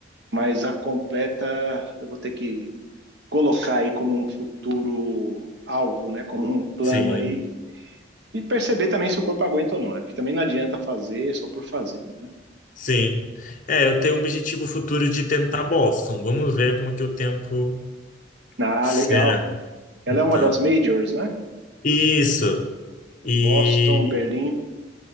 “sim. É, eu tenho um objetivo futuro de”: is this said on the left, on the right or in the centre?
Left